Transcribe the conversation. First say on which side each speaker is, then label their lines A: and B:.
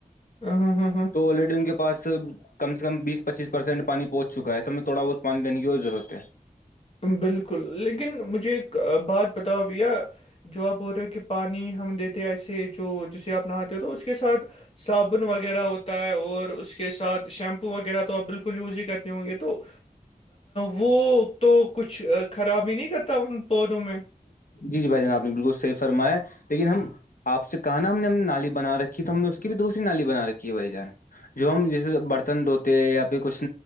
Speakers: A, on the left; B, on the left.
A: ہ ہ ہاں ہاں
B: تو الیڈ ان کے پاس کم سے کم بیس پچیس پرسینٹ پانی پہنچ چکا ہے تو ہمیں تھوڑا بہت پانی دینے کی اور ضورت ہے
A: بالکل لیکن مجھے ایک بات پت تا بھیا جو آپ بول رہے ہو کہ پانی ہم دیتے ایسے جو جے آپ نااتے ہو تو اس کے ساتھ صابن وغیرہ ہوتا ہے اور اس کے ساتھ شیمپو وغیرہ تو آپ بالکل یوز ہی کرنے ہوں گے تو وہ تو کچھ خراب ہی نہیں کرتا ان پودوں میں
B: جی جی بھائی جنابپ نے بالکل صحیح فرمایا لیکن ہم آپ سے کہا نا ہم نے ہم نے نالی بنا رکھی تو ہم نے اس کی بھی دوسری نالی بنا رکھی ہے بھائی جان جو ہم جیسے برتن دھوتے یا پھر کچھ